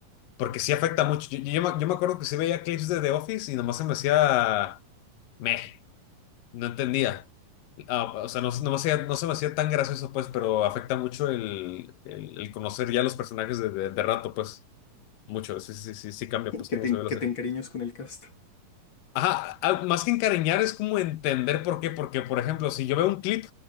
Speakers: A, on the left (about 80°); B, on the left (about 40°).
A: Porque sí afecta mucho. Yo, yo, me yo me acuerdo que sí veía clips de The Office y nomás se me hacía, meh, no entendía. Ah, o sea, no, no me hacía- no se me hacía tan gracioso, pues, pero afecta mucho el, el- el conocer ya los personajes de, de- de rato, pues, mucho. Sí, sí, sí, sí cambia,
B: <laughs>
A: pues,
B: que
A: cómo
B: te,
A: se ve la
B: que
A: serie.
B: te encariñas con el cast.
A: Ajá, ah, más que encariñar es como entender por qué, porque, por ejemplo, si yo veo un clip